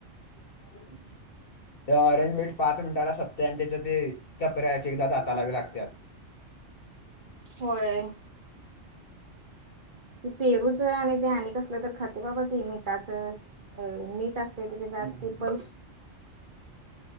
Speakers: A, on the left (about 50°); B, on the right (about 45°).
A: हम्म ते ऑरेंज मिट पाच मिनटाला संपतय आणि तिथं ते चपऱ्या एक एकदा दाताला बी लागत्यात.
B: होय की पेरूचं आणि ते आणि कसलं तर खाते बाबा ती मिठाचं, अ मीठ असतय कि त्याच्यात
A: हम्म, हम्म,
B: ते
A: हम्म.
B: पण